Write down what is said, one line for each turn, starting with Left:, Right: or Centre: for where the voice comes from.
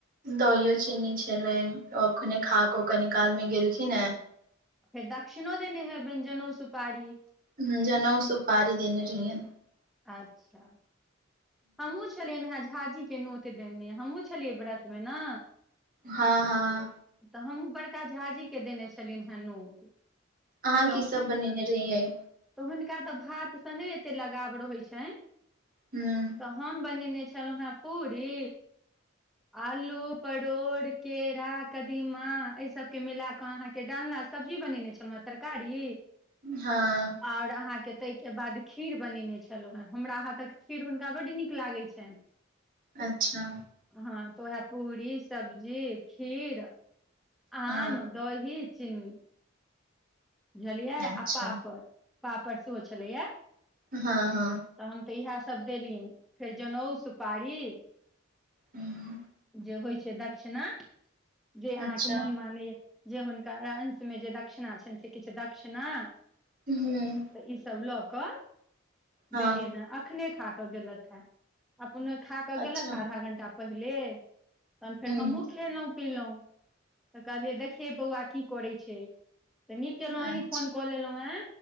Right: दहियो चीनी छलो अखने खा कऽ कनी काल मे गेलखिन हे
Centre: फेर दक्षिणो देने हबैन जनऊ सुपारी
Right: हुँ जनऊ सुपारी देने रहियेन
Centre: अच्छा हमहूँ छलियैन हेँ झाजी के नोत देने हमहुँ छलियै व्रत मे न
Right: हँ हँ
Centre: तऽ हमहूँ बड़का झाँजी के देने छलियेन हेँ नोत
Right: अहाँ
Centre: तऽ
Right: की सब बनेने रहियै
Centre: तऽ हुनका तऽ भात सँ नय एतेक लगाव रहै छैन
Right: हूँ
Centre: तऽ हम बनेने छलहुँ हेँ पूरी आलू परोड़ केरा कदीमा एहि सबके मिला अहाँके डालना सब्जी बनेने छलहुँ हेँ तरकारी
Right: हँ
Centre: और अहाँ के ताहि के बाद खीर बनेने छै हु हँ हमरा हाँ तक फेर हुनका बड्ड नीक लागैत छनि
Right: अच्छा
Centre: हँ तऽ उएह पूरी सब्जी खीर आम
Right: हँ
Centre: दही चिन्नी बुझलियै आ
Right: अच्छा
Centre: पापड़ पापड़ सेहो छलैया
Right: हँ हँ
Centre: तऽ हम तऽ इएह सभ देलियनि फेर जनउ सुपारी
Right: हूँ
Centre: जे होइ छै दक्षिणा जे अहाँके
Right: अच्छा
Centre: मोन मानैया जे हुनकर अंश मे जे दक्षिणा छनि से किछ दक्षिणा
Right: हूँ
Centre: तऽ ई सब लऽ कऽ
Right: हँ
Centre: देलियै ने अखेनै खा कऽ गेलत अपने खा कऽ
Right: अच्छा
Centre: गेलथि हेँ आधा घंटा पहिले तहन फेर
Right: हूँ
Centre: हमहूँ खेलहुँ पीलहुँ तऽ कहलियै देखिये बौआ की करै छै तऽ नीक केलहुँ
Right: अच्छा
Centre: अहीँ फोन कऽ लेलहुँ है